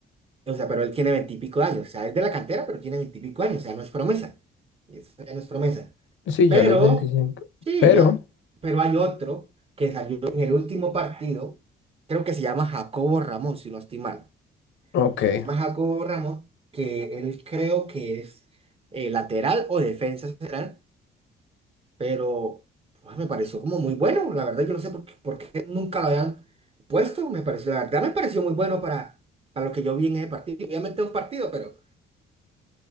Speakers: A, on the right (about 30°); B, on the left (about 70°).
A: O sea, pero él tiene veintipico de años. O sea, es de la cantera, pero tiene veintipico años. O sea, no es promesa. Y eso ya no es promesa.
B: Sí,
A: Pero,
B: ya los 25.
A: sí,
B: pero,
A: ya. Pero hay otro que salió en el último partido. Creo que se llama Jacobo Ramón, si no estoy mal.
B: ok.
A: Se llama Jacobo Ramón, que él creo que es eh, lateral o defensa central, pero pues, me pareció como muy bueno. La verdad, yo no sé por qué, por qué nunca lo habían puesto. Me pareció, la verdad, me pareció muy bueno para, para lo que yo vi en ese partido. Obviamente es un partido, pero.